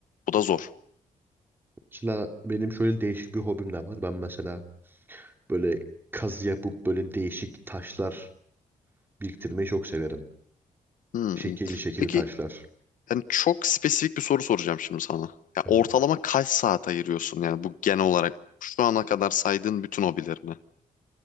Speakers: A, on the left; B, on the right.
A: Bu da zor.
B: mesela benim şöyle değişik bir hobim de var. Ben mesela Böyle kazı yapıp böyle değişik taşlar biriktirmeyi çok severim.
A: Hmm.
B: Şekilli şekilli
A: Peki
B: taşlar.
A: yani çok spesifik bir soru soracağım şimdi sana. Ya
B: Evet.
A: ortalama kaç saat ayırıyorsun yani bu genel olarak şu ana kadar saydığın bütün hobilerine?